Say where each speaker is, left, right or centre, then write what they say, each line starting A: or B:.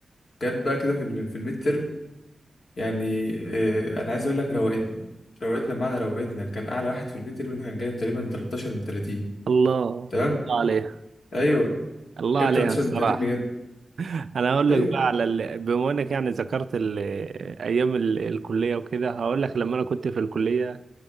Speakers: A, on the left (about 70°); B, on the right (about 65°).
A: جت بقى كده في ال- في الميد ترم يعني آه أنا عايز أقول لك روقتنا روقتنا بمعنى روقتنا كان أعلى واحد في الميد ترم كان جايب تقريبا 13 من 30
B: الله
A: تمام
B: الله عليها
A: أيوه
B: الله
A: كان
B: عليها
A: 13
B: الصراحة
A: من 30 بجد
B: انا هقول
A: أيوه
B: لك بقى على ال... بما انك يعني ذكرت ال... ايام ال... الكليه وكده هقول لك لما انا كنت في الكليه